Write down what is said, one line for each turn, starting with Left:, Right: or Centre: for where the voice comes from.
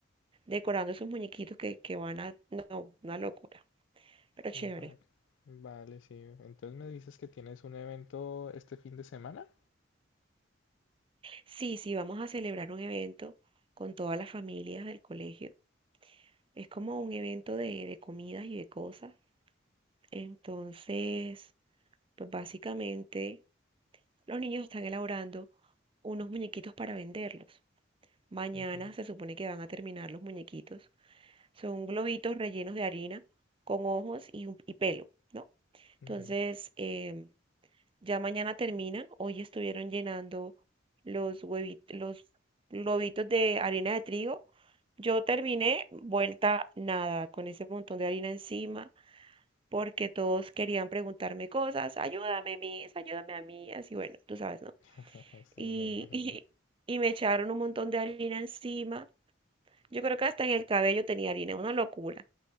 Right: decorando esos muñequitos que, que van a... No, una locura, pero chévere.
Left: Vale, vale, sí. Entonces me dices que tienes un evento este fin de semana.
Right: Sí, sí, vamos a celebrar un evento con todas las familias del colegio. Es como un evento de, de comidas y de cosas. Entonces, pues básicamente los niños están elaborando unos muñequitos para venderlos. Mañana
Left: Ujú,
Right: se supone que van a terminar los muñequitos. Son globitos rellenos de harina con ojos y, un- y pelo, ¿no? Entonces,
Left: ujú.
Right: em, ya mañana termina. Hoy estuvieron llenando los huevitos, los globitos de harina de trigo. Yo terminé vuelta nada, con ese montón de harina encima, porque todos querían preguntarme cosas. Ayúdame, Miss, ayúdame a mí. Así, bueno, tú sabes, ¿no?
Left: <laughs> Sí,
Right: Y,
Left: me imagino.
Right: <laughs> y, y me echaron un montón de harina encima. Yo creo que hasta en el cabello tenía harina, una locura.